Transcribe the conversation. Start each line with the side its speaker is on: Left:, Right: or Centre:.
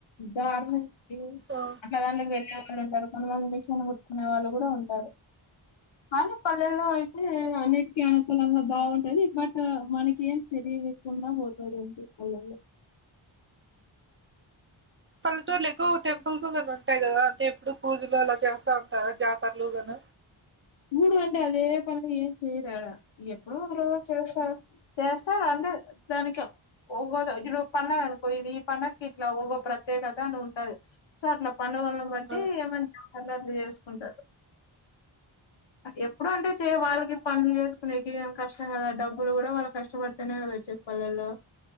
Left: గార్మెంట్
Right: ఆ
Left: అట్లా దానికి వెళ్లే వ <unintelligible> కొంతమంది మిషన్ ఉంటారు కానీ పల్లెల్లో అయితే అన్నిటికీ అనుకూలంగా బాగుంటది బట్ మనకి ఏం తెలియకుండా పోతది అంటే పల్లెల్లో
Right: పల్లెటూరులు ఎక్కువ టెంపుల్స్గానీ ఉంటాయి కదా అంటే ఎప్పుడు పూజలు అలా చేస్తా ఉంటారా జాతరలుగన
Left: పుడు అంటే అదే పనిగా ఏం చేయరు యాడ ఎప్పుడో ఒక రోజు చేస్తారు చేస్తారు అంటే దానికి ఓ ఈ రోజు పండుగ అనుకో ఈ పండుగకి ఇట్లా ఒక ప్రత్యేకత అని ఉంటది సో అట్లా పండుగలను బట్టి
Right: ఆ,
Left: ఏమంటా కలర్లు చేసుకుంటారు ఎప్పుడు అంటే చే వాళ్ళకి పనులు చేసుకోనేకి కష్టం కదా డబ్బులు కూడా వాళ్ళ కష్టపడితేనే కదా వచ్చే పల్లెల్లో